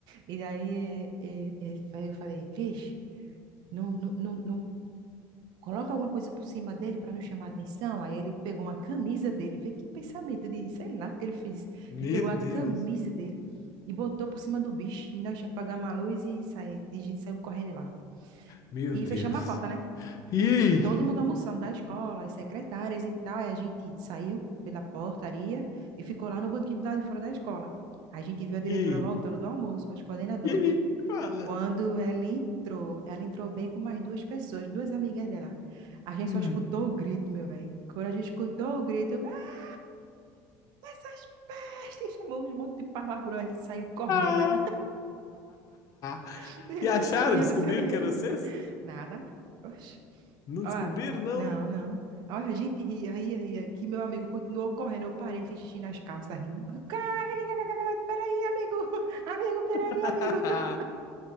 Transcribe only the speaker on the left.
Meu
Deus.
Meu
Deus.
E
aí?
E aí?
E aí? Fala.
Hum.
Ah. <laughs>
E acharam?
Descobriram
que eram vocês?
Não descobriram,
não?
<laughs>